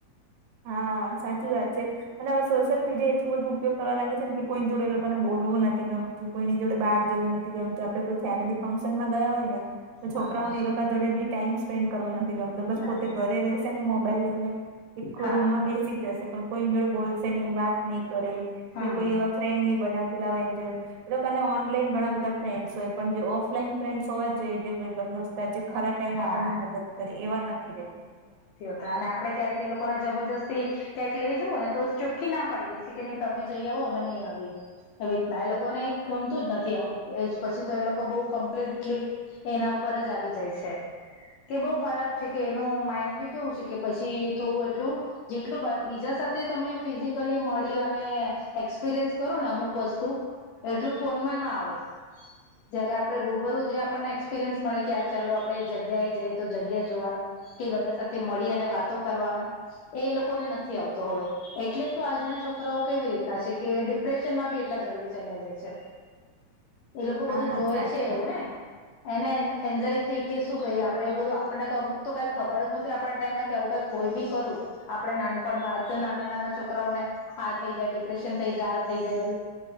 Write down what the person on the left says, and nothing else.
હા
નથી
હા
હમ
હા
હતા અને આપડે ક્યારેક એ લોકોને જબરજસ્તી ક્યાંક લઈ જવું ને તો ચોખ્ખી ના પાડી દે છે કે નહી તમે જઈ આવો અમે નહી આવીએ. એવી રીતના એ લોકોને ગમતું જ નથી અમુક એજ પછી તો એ લોકો બઉ કમ્પ્લીટલી એના ઉપર જ આવી જાય છે. તે બઉ ખરાબ છે કે એનું માઇન્ડ બી કેવું છે કે પછી થોડું એટલું જેટલું બીજા સાથે તમે ફિઝિકલી મળી અને એક્સપિરિયન્સ કરો ને અમુક વસ્તુ એટલું ફોનમાં ના આવે. જયારે આપણે રૂબરૂ જે આપણને એક્સપિરિયન્સ મળે કે આ ચાલો આપણે જગ્યા એ જઈએ તો જગ્યા જોવાનું કે બધા સાથે મળી અને વાતો કરવાનો એ એ લોકોને નથી આવતો હવે. એટલે તો આજના છોકરાઓ કેવી રીતના છે કે ડિપ્રેશનમાં બી એટલા જલ્દી ચલ્યા જાય છે, એ લોકો
બધું જોય
છે એવું
ને. એને એ એન્ઝાયટી કે શું કહીએ આપડે એ બધું આપડને તો અમુક તો કઈ ખબર જ નહોતી આપડા ટાઈમમાં કેવું કઈ કોઈ બી કરું. આપડે નાનપણમાં તો નાના નાના છોકરાઓને આ થઈ જાય, ડિપ્રેશન થઈ જાય, આ થઈ જાય ભાઈ